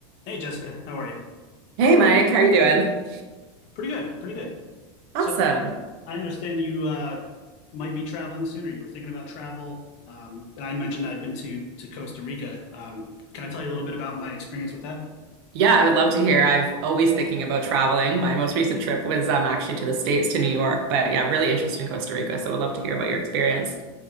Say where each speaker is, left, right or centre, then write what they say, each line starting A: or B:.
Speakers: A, on the left (about 45°); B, on the right (about 55°).
A: Hey, Jessica, how are you?
B: Hey Mike, how are you doing?
A: Pretty good, pretty good.
B: Awesome.
A: So I understand you uh, might be traveling soon, or you were thinking about travel. Um, and I had mentioned I'd been to to Costa Rica. Um, can I tell you a little bit about my experience with that?
B: Yeah, I would love to hear. I've always thinking about traveling. My most recent trip was um actually to the States to New York, but yeah, really interested in Costa Rica, so I would love to hear about your experience.